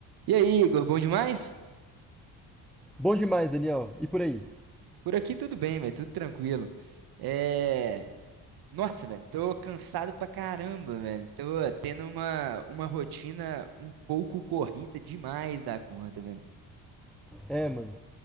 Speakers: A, on the right; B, in the centre.
A: E aí, Igor, bom demais?
B: Bom demais, Daniel. E por aí?
A: Por aqui tudo bem, velho, tudo tranquilo. É... Nossa, velho, tô cansado pra caramba, velho. Tô tendo uma, uma rotina um pouco corrida demais da conta, velho.
B: É, mano.